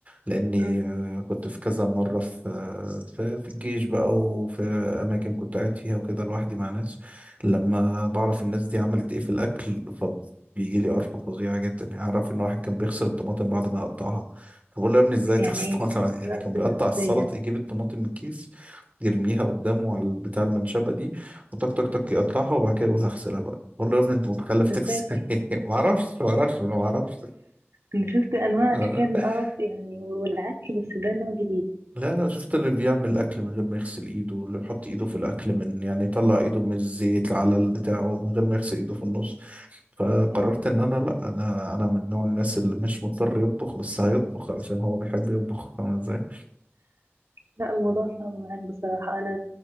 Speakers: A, on the right; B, on the right.
A: لاني
B: أمم،
A: آه، كنت في كذا مره في آه، في في الجيش بقى وفي اماكن كنت قاعد فيها وكده لوحدي مع ناس لما بعرف الناس دي عملت ايه في الاكل فبيجي لي قرفه فظيعه جدا يعني اعرف ان واحد كان بيغسل الطماطم بعد ما يقطعها فبقول له يا ابني ازاي
B: يعني
A: <laughs> تغسل
B: إيه
A: الطماطم يعني
B: لا،
A: كان بيقطع
B: إزاي
A: السلط
B: يعني
A: يجيب الطماطم من الكيس يرميها قدامه على بتاع المنشبه دي وتك تك تك يقطعها وبعد كده يقول هغسلها بقى بقول له يا ابني انت متخلف تغسل
B: إزاي طيب
A: ايه <laughs> ما اعرفش ما اعرفش انا ما اعرفش
B: أنا شفت أنواع
A: <laughs>
B: أشكال القرف يعني والعك بس ده نوع جديد
A: لا لا شفت اللي بيعمل اكل من غير ما يغسل ايده اللي بيحط ايده في الاكل من يعني يطلع ايده من الزيت على ال- بتاعه من غير ما يغسل ايده في النص فقررت
B: يعني تقريباً.
A: ان انا لا انا انا من نوع الناس اللي مش مضطر يطبخ بس هيطبخ علشان هو بيحب يطبخ فاهم ازاي؟
B: لا الموضوع صعب معاك بصراحة أنا